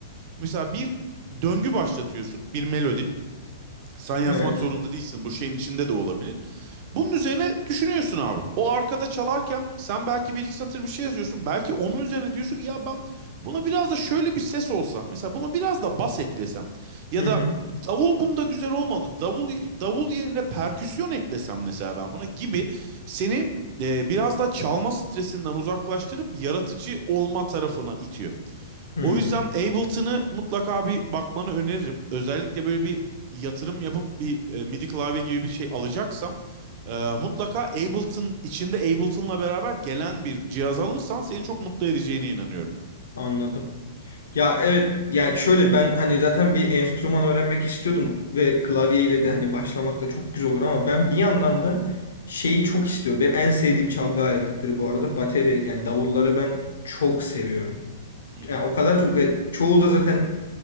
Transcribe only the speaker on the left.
Evet.
Hı
hı.
Hı.
Anladım. Ya evet yani şöyle ben hani zaten bir enstrüman öğrenmek istiyordum ve klavyeyle de hani başlamak da çok güzel olur ama ben bir yandan da şeyi çok istiyorum. Benim en sevdiğim çalgı aletidir bu arada. Bateri yani davulları ben çok seviyorum.
yani o kadar çok ve çoğu da zaten